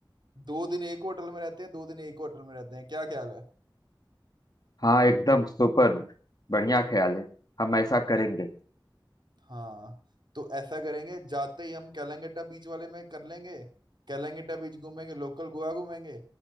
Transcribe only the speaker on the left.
हाँ एकदम सुपर बढ़िया ख्याल है हम ऐसा करेंगे